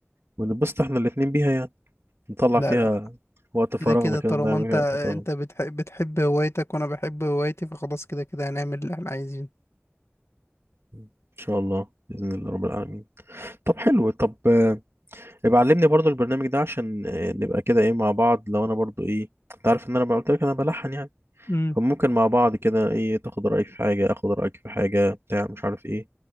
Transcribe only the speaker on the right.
ونبسط احنا الاتنين بيها يعني نطلع
فيها
وقت فراغنا
كده
نضيع بيه
وقت فراغنا
ان شاء الله باذن الله رب العالمين طب حلو طب آه، ابقى علمني برضو البرنامج ده عشان آه، نبقى كده ايه مع بعض لو انا برضو ايه انت عارف ان انا بقى- قلت لك انا بلحن يعني
فممكن مع بعض كده ايه تاخد رايي في حاجه اخد رايك في حاجه بتاع مش عارف ايه